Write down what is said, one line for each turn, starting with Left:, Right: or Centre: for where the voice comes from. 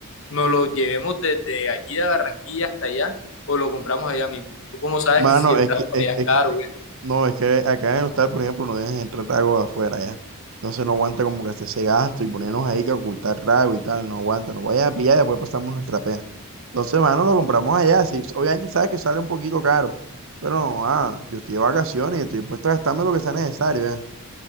Left: nos lo llevemos desde aquí de Barranquilla hasta allá o lo compramos allá mismo? ¿Tú cómo sabes
Right: Mano,
Left: que si el
Right: es
Left: trago
Right: que,
Left: por
Right: es,
Left: allá es
Right: es
Left: caro
Right: que- es
Left: o qué?
Right: que- no, es que acá en Hostal, por ejemplo, no dejan entrar trago de afuera ya. Entonces no aguanta como que hacer ese gasto y ponernos ahí que ocultar trago y tal, no aguanta, nos vayas a pillar y después pasamos nuestra pena. Entonces, mano, lo compramos allá. Sí, obviamente sabes que sale un poquito caro, pero no, ah, yo estoy de vacaciones y estoy dispuesto a gastarme lo que sea necesario, ya.